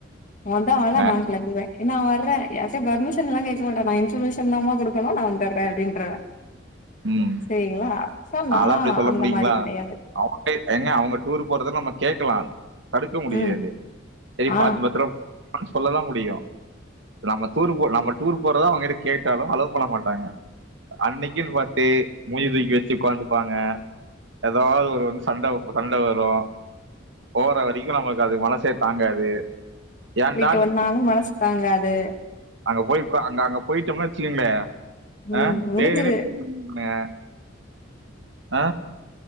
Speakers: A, on the left; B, on the right.
A: வந்ட்டாங்கன்னா
B: ஆ
A: நா கெளம்பிர்வ நா வர்றே யார்ட்டயும் பர்மிஷன் எல்லா கேக்க மாட்ட நா இன்ஃபர்மேஷன்தா மா குடுக்குனோ நா வந்துட்ற அப்படின்றதன்
B: ம்
A: சேரிங்ளா சோ நா
B: நாலா அப்டி சொல்ல
A: அந்த
B: முடியுங்களா
A: மாரி கெடயாது
B: அவங்க ஏங்க அவங்க டூர் போறத நம்ம கேக்கலா தடுக்க முடியாது
A: ம்
B: சரி
A: ஆ
B: பாத்து பத்ரோ அப்டி சொல்ல தா முடியும் நம்ம டூர் போ நம்ம டூர் போறதா அவங்கிட்ட கேட்டாலும் அலோவ் பண்ண மாட்டாங்க அன்னைக்கின் ட்டு மூஞ்ச தூக்கி வெச்சு ஒக்காந்துப்பாங்க எதாவ் ஒரு வந்து சண்ட சண்ட வரும் போற வரைக்கும் நம்மள்க்கு அது மனசே தாங்காது ஏன்டா
A: போய்ட்டு
B: அந்த
A: வந்தாலும் மனசு தாங்காது
B: அங்க போயி அங்க அங்க போயிட்டோம்னு வச்சுக்கங்களே
A: ம்
B: ஆ
A: முடிஞ்சது
B: வேற என்ன அ அ